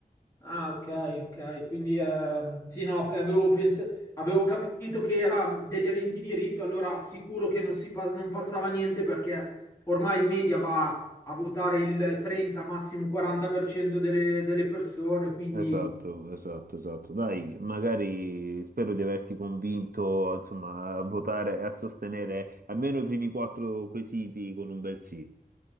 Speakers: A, on the left (about 20°); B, on the right (about 70°).
A: Ah, ok, ok. Quindi eh, sì, no, avevo, pens- avevo capito che era degli aventi diritto, allora sicuro che non, si pa- non passava niente perché ormai in media va a votare il 30, massimo 40% delle, delle persone, quindi
B: Esatto, esatto, esatto. Dai, magari spero di averti convinto, insomma, a votare e a sostenere almeno i primi quattro quesiti con un bel sì.